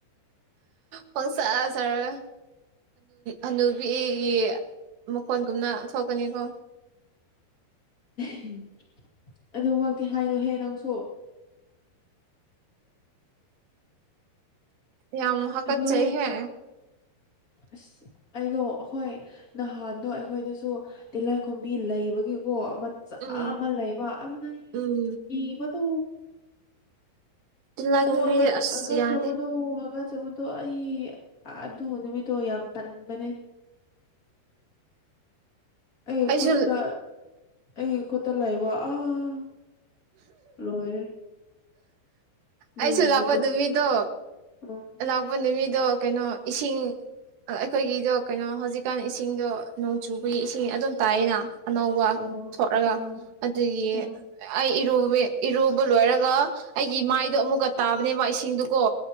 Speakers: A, on the right; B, on the left.
A: ꯐꯪꯁ ꯁꯥꯔꯒ ꯑꯅꯨꯕꯤꯒꯤ ꯃꯈꯣꯟꯒꯨꯝꯅ ꯊꯣꯛꯀꯅꯤꯀꯣ
B: <inaudible> ꯑꯗꯨꯃꯛꯇꯤ ꯍꯥꯏꯅꯣꯍꯦ ꯅꯪꯁꯨ
A: ꯌꯥꯝ ꯃꯍꯀ
B: ꯂꯣꯏ
A: ꯆ ꯍ
B: ꯑꯁ ꯑꯩꯅꯣ ꯑꯩꯈꯣꯏ ꯅꯍꯥꯟꯗꯣ ꯑꯩꯈꯣꯏꯗꯁꯨ ꯇꯤꯂꯥꯏꯈꯣꯝꯕꯤ ꯂꯩꯕꯒꯤ ꯀꯣ ꯃꯆꯥ
A: ꯎꯝ
B: ꯑꯃ ꯂꯩꯕ ꯑꯜꯂꯩ
A: ꯎꯝ
B: ꯏꯕꯗꯣ
A: ꯇꯤꯜꯂꯥꯏꯈꯨꯝꯕꯤꯁꯦ
B: ꯑꯗꯣ ꯍꯛ
A: ꯑꯁ
B: ꯍꯒ
A: ꯌꯥꯗꯦ
B: ꯆꯕꯗꯨ ꯍ ꯆꯕꯨꯗꯣ ꯑꯩ ꯑꯗꯨ ꯅꯨꯃꯤꯠꯇꯣ ꯌꯥꯝ ꯇꯟꯕꯅꯦ ꯑꯩ
A: ꯑꯩꯁꯨ
B: ꯈꯨꯠꯇ ꯑꯩꯒꯤ ꯈꯨꯠꯇ ꯂꯩꯕ ꯑꯥ ꯂꯣꯏꯔꯦ ꯑꯗꯨꯒꯤ
A: ꯑꯩꯁꯨ
B: ꯅꯨꯃꯤꯠꯇꯣ
A: ꯂꯥꯛꯄ ꯅꯨꯃꯤꯗꯣ
B: ꯑꯥ
A: ꯂꯥꯛꯄ ꯅꯨꯃꯤꯗꯣ ꯀꯩꯅꯣ ꯏꯁꯤꯡ ꯑꯩꯈꯣꯏꯒꯤꯗꯣ ꯀꯩꯅꯣ ꯍꯧꯖꯤꯛꯀꯥꯟ ꯏꯁꯤꯡꯗꯣ ꯅꯣꯡ ꯆꯨꯕꯒꯤ ꯏꯁꯤꯡ ꯑꯗꯨꯝ ꯇꯥꯏꯌꯦꯅ ꯑꯅꯧꯕ
B: ꯑꯣ
A: ꯊꯂꯒ
B: ꯑꯣ
A: ꯑꯗꯨꯒꯤ
B: ꯎꯝ
A: ꯑꯩ ꯏꯔꯨ ꯏꯔꯨꯕ ꯂꯣꯏꯔꯒ ꯑꯩꯒꯤ ꯃꯥꯏꯗꯣ ꯑꯃꯨꯛꯀ ꯇꯥꯕꯅꯦꯕ ꯏꯁꯤꯡꯗꯨꯀꯣ